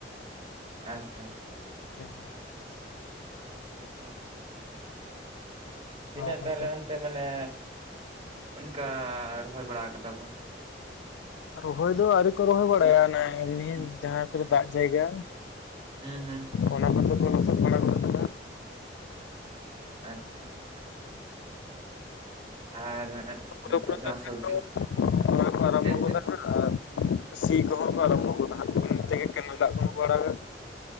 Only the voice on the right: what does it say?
ᱟᱪᱪᱷᱟ
ᱦᱮᱛᱚ᱾ ᱛᱤᱱᱟᱹᱜ
ᱛᱟᱦᱚᱞᱮ
ᱛᱮ ᱢᱟᱱᱮ ᱚᱱᱠᱟ ᱨᱚᱦᱚᱭ ᱵᱟᱲᱟ ᱠᱟᱫᱟ ᱠᱚ
ᱦᱩᱸ
ᱦᱩᱸ ᱦᱩᱸ
ᱟᱪᱷᱟ ᱟᱪᱷᱟ ᱟᱨ
ᱱᱤᱛᱚᱜ
ᱡᱟᱦᱟᱸ
ᱥᱚᱵᱽᱡᱤ
ᱪᱮᱫ ᱪᱮ